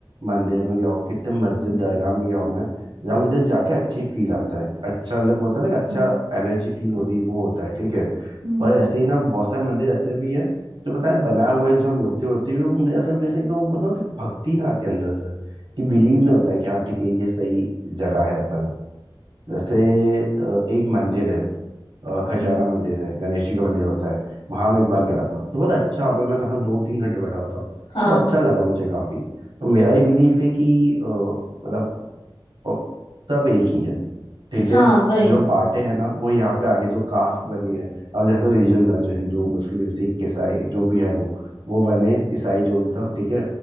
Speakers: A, on the right; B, on the left.
A: मंदिर में गया हूँ कितने मस्जिद दरगाह में गया हूँ मैं जहाँ मुझे जाके अच्छी फील आता है अच्छा मतलब होता
B: हम्म
A: है ना अच्छा
B: हम्म
A: एनर्जी फील हो रही है वो होता है ठीक है
B: हम्म
A: पर ऐसे ही ना बहुत सारे मंदिर ऐसे भी है जो पता है बनाए हुए हैं, जिसमें बोलते होते हुए वो मुझे ऐसा जैसे एकदम वो ना भक्ति ना आती है अंदर से कि बिलीव नहीं होता है कि हाँ ठीक है ये सही जगह है अपन जैसे अ, एक मंदिर है अ, खजाना
B: हम्म।
A: मंदिर है गणेश जी का मंदिर होता है वहां मैं एक बार गया था तो बड़ा अच्छा वहाँ पे मैं कहा दो तीन घंटे बैठा हुआ था
B: हाँ
A: तो अच्छा लगा मुझे काफी तो मेरा ये बिलीफ है कि अ, मतलब और सब एक ही है ठीक
B: हाँ
A: है
B: वही
A: जो बांटे हैं ना वो यहाँ पे आके जो कास्ट बनी है अब जैसे तो रीजन बने जो हिंदू मुस्लिम सिख ईसाई जो भी है वो वो बने ईसाई जो भी था ठीक है